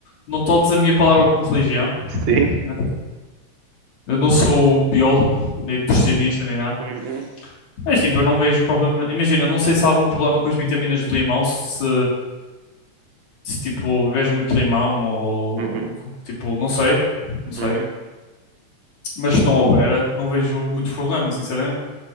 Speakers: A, on the left; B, on the right.
A: não tomes a minha palavra como religião,
B: sim.
A: né? Eu não sou biólogo, nem nutricionista, nem nada.
B: Uhum.
A: Mas tipo, eu não vejo problema. Imagina, eu não sei se há algum problema com as vitaminas do limão, se, se tipo, bebes muito limão ou
B: Uhum,
A: tipo, não sei, não sei.
B: uhum.
A: Mas se não houver, não vejo muito problema, sinceramente.